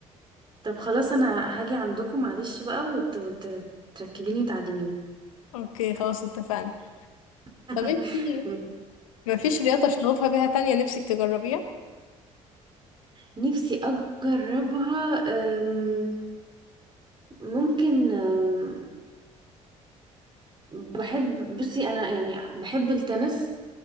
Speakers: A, on the right; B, on the left.
A: طب خلاص انا هاجي عندكم معلش بقى وتركبيني وتعلميني
B: اوكي خلاص اتفقنا
A: <laughs>
B: طب انتي
A: من-
B: مفيش رياضة شغوفة بيها تانية نفسك تجربيها؟
A: نفسي اجربها أم، ممكن أم، بحب بصي انا يعني بحب التنس